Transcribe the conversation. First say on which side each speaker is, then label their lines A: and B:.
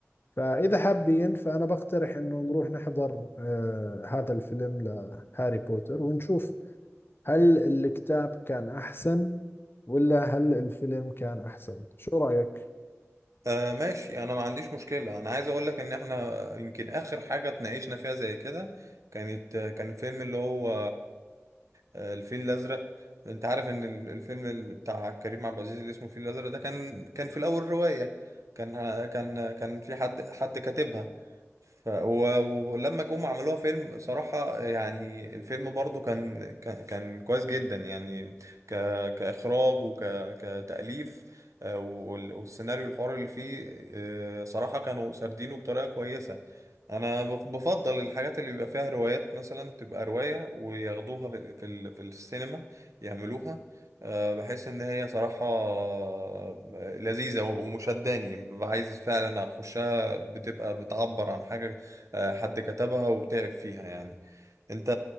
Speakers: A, on the left (about 45°); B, on the right (about 85°).
A: فإذا حابين فأنا بقترح إنه نروح نحضر آه هذا الفيلم لهاري بوتر ونشوف هل الكتاب كان أحسن ولا هل الفيلم كان أحسن شو رأيك؟
B: آه ماشي انا ما عنديش مشكلة انا عايز اقول لك ان احنا يمكن اخر حاجة اتناقشنا فيها زي كده كانت كان الفيلم اللي هو آه، الفيل الازرق انت عارف ان ال- الفيلم ال- بتاع كريم عبد العزيز اللي اسمه الفيل الازرق ده كان كان في الاول رواية كان كان كان في حد حد كاتبها ف... و... ولما جم عملوها فيلم صراحة يعني الفيلم برضو كان كان, كان كويس جدا يعني ك... كإخراج وك... كتأليف آه، وال- والسيناريو الحوار اللي فيه آه، صراحة كانوا سردينه بطريقة كويسة أنا بف- بفضل الحاجات اللي بيبقى فيها روايات مثلا تبقى رواية وياخدوها في في, ال... في السينما يعملوها آه، بحس إن هي صراحة آه، لذيذة ومشداني ببقى عايز فعلا أخش بتبقى بتعبر عن حاجة آه، حد كتبها وتعب فيها يعني انت